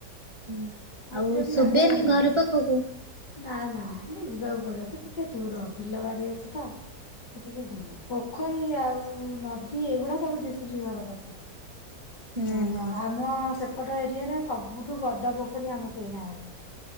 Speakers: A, on the right; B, on the left.
A: ହୁଁ
B: ଗୋଟେ
A: ଆଉ
B: କିଲୋମିଟର
A: ଶୁଭେନି
B: ଖଣ୍ଡେ
A: ଘର
B: ହବ।
A: ପାଖକୁ।
B: ନା ନା ସେଠି ଯିବାକୁ ପଡିବ ସେ ଟିକେ ଦୂର ବିଲ ବାଡି ଅଛି ତ। ସେ ଟିକେ ଦୂର, ପୋଖରୀ ଆଉ ନଦୀ ଏଗୁଡା ସବୁ ଦିଶୁଛି ଘର ପାଖକୁ।
A: ହୁଁ
B: ଓ
A: ହୁଁ।
B: ଆମ ସେପଟ ଏରିଆରେ ସବୁଠୁ ବଡ ପୋଖରୀ ଆମ ସେଇ ଗାଁରେ।